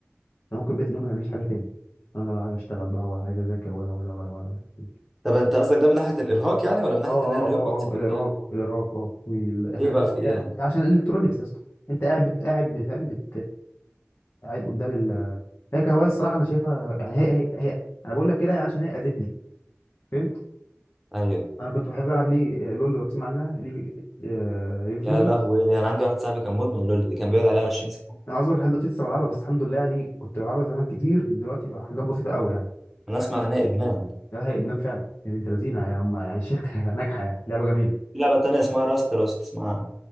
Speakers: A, on the left (about 60°); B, in the centre.
A: انا ممكن بيت اليوم ما نعملش حاجه تاني انا لا عايز اشتغل بقى ولا عايز اذاكر ولا ولا ولا ولا ولا.
B: طب انت قصدك ده من ناحية الارهاق يعني ولا من ناحية
A: اه اه
B: ان انا اليوم
A: اه
B: بيتسحل
A: اه الارهاق
B: فيها
A: الارهاق اه والحاجات
B: ليه بقى في ايه
A: دي
B: يعني
A: عشان الالكترونيكس يا اسطى انت قاعد بت... قاعد بت- فاهم بت... قاعد قدام هي كهوايه الصراحه انا شايفها يعني هي هي, هي انا بقول لك كده عشان هي اذتني فهمت
B: ايوه
A: انا كنت بحب العب ليه آه، لول لو تسمع عنها ليج ليج اوف
B: يا
A: ليجندز
B: لهوي انا عندي واحد صاحبي كان مدمن لول اللي كان بيقعد عليها 20 ساعة
A: انا عذرك لحد دلوقتي لسه بلعبها بس الحمد لله يعني كنت بلعبها زمان كتير دلوقتي بقى حاجات بسيطه قوي يعني
B: انا اسمع
A: فاهم
B: انها ادمان
A: لا، هي ادمان فعلا يا بنت لذينه يعني هم يعني الشركه <laughs> ناجحه يعني لعبه جميله
B: في لعبة تانية اسمها راست لو تسمع عنها